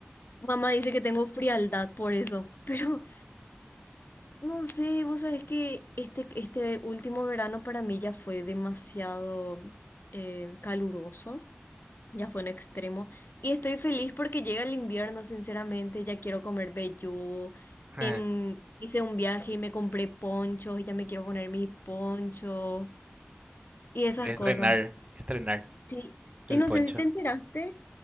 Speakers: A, on the left; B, on the right.
A: Mamá dice que tengo frialdad por eso, <laughs> pero no sé, vos sabés que este, este último verano para mí ya fue demasiado eh, caluroso. Ya fue un extremo. Y estoy feliz porque llega el invierno, sinceramente. Ya quiero comer vellú.
B: <laughs>
A: En... Hice un viaje y me compré ponchos y ya me quiero poner mis ponchos y esas
B: estrenar,
A: cosas.
B: estrenar
A: Sí. Y
B: el
A: no
B: poncho.
A: sé si te enteraste